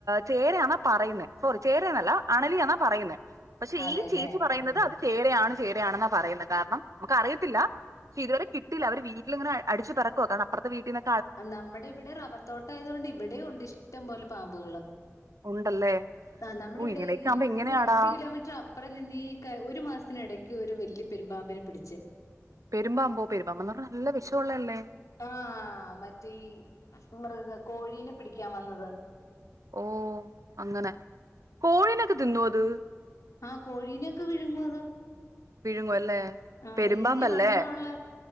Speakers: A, on the right (about 80°); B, on the left (about 90°).
A: ചേരയാന്ന പറയുന്ന സോറി ചേരന്നല്ല അണലിയാന്നാ പറയുന്നേ- പക്ഷെ
B: അതെല്ലേ
A: ഈ ചീച്ചി പറയുന്നത്
B: ആഹ്
A: അത് ചേരയാണ്- ചേരയാണെന്നാ പറയുന്ന കാരണം- നമുക്ക അറിയത്തില്ല പക്ഷെ ഇതുവരെ കിട്ടില്ല അവര് വീ ടിലിങ്ങനെ - അടിച്ചു പറക്കുവ കാരണം അപ്റത്തെ വീട്ടീന്ന
B: നമ്മുടെ ഇവിടെ റബർ തോട്ടം ആയതുകൊണ്ട് ഇവിടെ ഒണ്ട് ഇഷ്ടംപോലെ പാമ്പുകള്-
A: ഉണ്ടല്ലേ
B: ആ നമ്മുടെ
A: ഓ
B: ഇവിടെ
A: ഇങ്ങനെയൊക്കെ
B: ഈ
A: ആവുമ്പോ
B: ഇവിടുന്ന്
A: എങ്ങനെയാടാ
B: രണ്ട് കിലോമീറ്റർ അപ്പുറം നിന്ന് ഈ ഒരു മാസത്തിടയ്ക്ക് ഒരു വലൃ- പെരുമ്പാമ്പന് പിടിച്ച്
A: പെരുമ്പാമ്പോ പെരുമ്പമ്പ്ന്നാറഞ്ഞ നല്ല വിഷോള്ളതല്ലേ
B: ആ മറ്റേ മൃഗ കോഴീനെ പിടിക്കാൻ വന്നത്
A: ഓ അങ്ങനെ കോഴിനൊക്കെ തിന്നോ അത്
B: ആ കോഴീനൊക്കെ വിഴുങ്ങും അത്
A: വിഴുങ്ങു അല്ലേ
B: ആഹ്
A: പെരുമ്പാമ്പല്ലേ
B: വല്യ വണ്ണമുള്ള